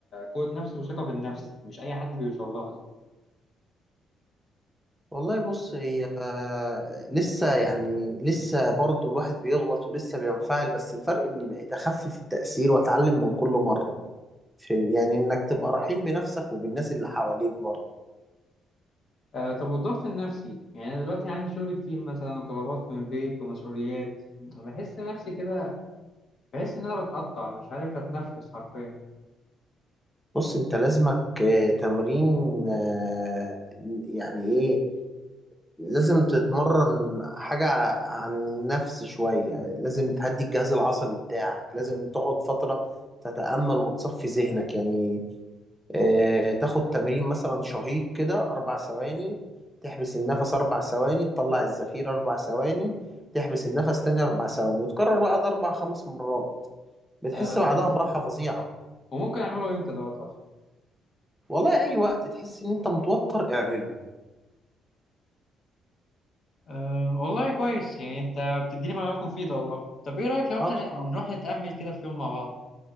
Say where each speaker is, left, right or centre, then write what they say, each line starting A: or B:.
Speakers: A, on the left (about 55°); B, in the centre.
A: قوة نفس وثقة في النفس مش أي حد بيوصل لها دي
B: والله بص هي آه، لسه يعني لسه برضو الواحد بيغلط ولسه بينفعل بس الفرق اني بقيت اخفف التأثير واتعلم من كل مرة فاهم؟ يعني انك تبقى رحيم بنفسك وبالناس اللي حواليك برضو
A: آه طب والضغط النفسي يعني أنا دلوقتي عندي شغل كتير مثلا وطلبات من البيت ومسؤوليات بحس نفسي كده بحس إن أنا بتقطع مش عارف أتنفس حرفيا
B: بص انت لازمك آه، تمرين آه، يعني ايه لازم تتمرن حاجة عن النفس شوية لازم تهدي الجهاز العصبي بتاعك لازم تقعد فترة تتأمل وتصفي ذهنك يعني آه، تاخد تمرين مثلا شهيق كده أربع ثواني تحبس النفس أربع ثواني تطلع الزفير أربع ثواني تحبس النفس تاني أربع ثواني وتكرر بقى ده أربع خمس مرات بتحس
A: آه
B: بعدها
A: طب
B: براحة فظيعة
A: وممكن أعمله إمتى دوت أصلا؟
B: والله أي وقت تحس إن أنت متوتر اعمله
A: أه والله كويس يعني أنت بتديني معلومات مفيدة والله طب إيه رأيك لو إحنا
B: أه
A: نروح نتأمل كده في يوم مع بعض؟